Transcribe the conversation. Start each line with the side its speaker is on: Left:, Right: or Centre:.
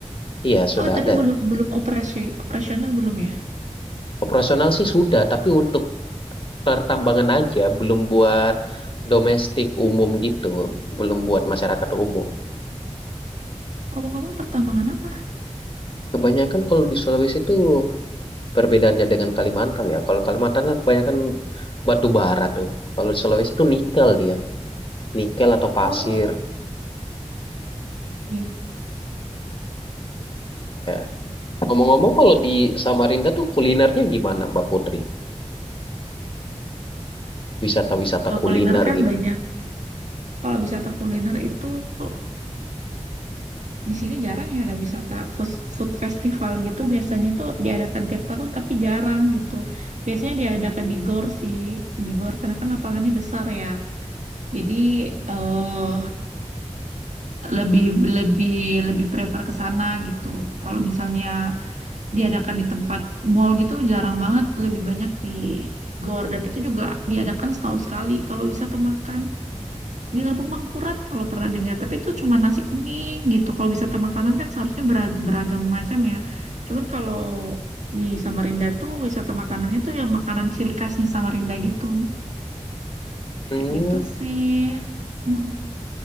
Left: Iya, sudah
Right: Oh, tapi
Left: ada.
Right: belum belum operasi operasional belum ya?
Left: Operasional sih sudah, tapi untuk pertambangan aja, belum buat domestik umum gitu. Belum buat masyarakat umum.
Right: Ngomong-ngomong pertambangan apa?
Left: Kebanyakan kalau di Sulawesi itu perbedaannya dengan Kalimantan ya. Kalau Kalimantan kan kebanyakan batu bara tuh. Kalau di Sulawesi itu nikel dia. Nikel atau pasir.
Right: Oh, gitu.
Left: Iya. Ngomong-ngomong, kalau di Samarinda tuh kulinernya gimana, Mbak Putri? Wisata-wisata
Right: Kalau
Left: kuliner
Right: kuliner kan
Left: gitu.
Right: banyak. Kalau wisata kuliner itu tuh, di sini jarang ya ada wisata food, food festival gitu. Biasanya tuh diadakan tiap tahun tapi jarang gitu. Biasanya diadakan di GOR sih. Di GOR karena kan lapangannya besar ya. Jadi eh lebih lebih lebih prefer ke sana gitu. Kalau misalnya diadakan di tempat mall gitu jarang banget, lebih banyak di GOR dan itu juga diadakan setahun sekali kalau wisata makan. di Lampung Mangkurat kalau pernah dengar tapi itu cuma nasi kuning gitu kalau wisata makanan kan seharusnya bera- beragam macam ya cuman kalau di Samarinda tuh wisata makanannya tuh yang makanan ciri khasnya Samarinda gitu
Left: Hmm,
Right: kayak gitu sih mm